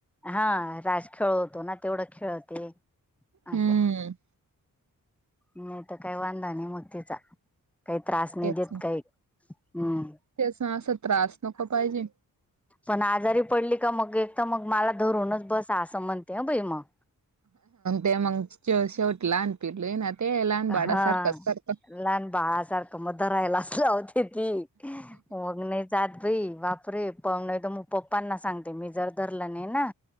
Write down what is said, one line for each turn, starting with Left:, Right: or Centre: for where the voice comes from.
Centre: हा राज खेळतो ना तेवढं खेळते. असं
Right: हम्म.
Centre: नाही तर काही वांदा नाही म तीचा, काही त्रास नाही
Right: तेच
Centre: देत
Right: ना.
Centre: काही. हम्म
Right: तेच ना असं त्रास नको पाहिजे.
Centre: पण आजारी पडली का मग, एक तर मग मला धरूनच बसा असं म्हणते ह बई मग.
Right: ते मग शेवटी लहान पिलू ना ते लहान
Centre: हा
Right: बाळा सारखंच करत.
Centre: लहान बाळासारखं म धरायलाच लावते ती, मग ना जात भाई वापरे पाहण तर मग पप्पांना सांगते मी जर धरलं नाही ना,